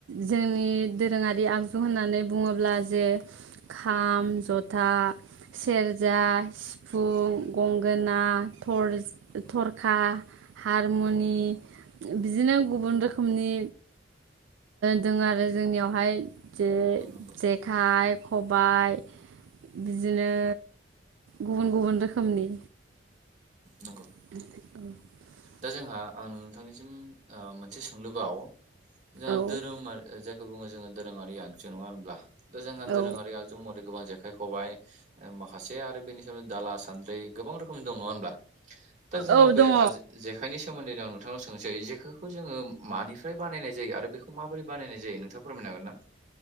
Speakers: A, on the right; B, on the right.
A: जोंनि दोरोङारि आगजु होननानै बुङोब्ला जे खाम
B: उम
A: जथा सेरजा सिफुं गंगोना थरस थरखा हारमुनि
B: औ
A: बिदिनो गुबुन रोखोमनि दो आरो जोंनियावहाय। जेरै
B: औ नंगौ
A: जेखाय खबाय बिदिनो गुबुन गुबुन रोखोमनि
B: नंगौ
A: <unintelligible>
B: दा जोंहा आं नोंथांनिसिम मोनसे सोंलु ओवाव जोंहा
A: औ
B: दोरोम आरो जायखौ बुङो जोङो दोरोङारि आगजु नङा होनब्ला दा जोंहा
A: औ
B: दोरोङारि आगजु महरै गोबां जेखाय खबाय ओ माखासे आरो बेनि सायावनो दाला सान्द्रै गोबां रो खम दं नङा होनब्ला दा जोंहा
A: औ
B: बे
A: दङ
B: आजि जेखायनि सोमोन्दै आ नोंथांनाव सोंनोसै जेखायखौ जोङो मानिफ्राय बानायनाय जायो आरो बेखौ माबोरै बानायनाय जायो नोंथाङा फोरमायनो हागोन ना?